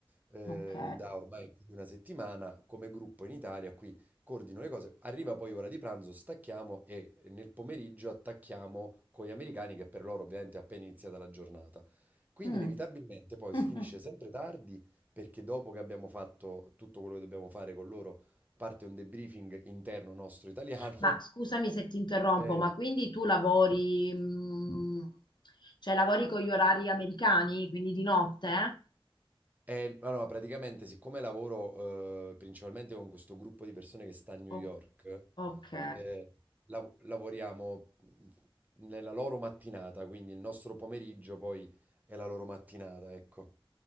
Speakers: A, on the right; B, on the left.
A: eh,
B: Ok.
A: da ormai più di una settimana come gruppo in Italia, qui coordino le cose, arriva poi ora di pranzo, stacchiamo e eh, nel pomeriggio attacchiamo con gli americani che per loro ovviamente è appena iniziata la giornata. Quindi
B: Mm.
A: inevitabilmente poi
B: <laughs>
A: si finisce sempre tardi perché dopo che abbiamo fatto tutto quello che dobbiamo fare con loro, parte un debriefing interno nostro italiano.
B: Ma scusami
A: <laughs>
B: se ti interrompo,
A: Eh,
B: ma quindi tu lavori, mm, cioè lavori con gli orari americani, quindi di notte?
A: Eh, ma no, praticamente, siccome lavoro eh, principalmente con questo gruppo di persone che sta a New
B: O-
A: York,
B: ok.
A: eh, lav- lavoriamo nella loro mattinata, quindi il nostro pomeriggio poi è la loro mattinata, ecco.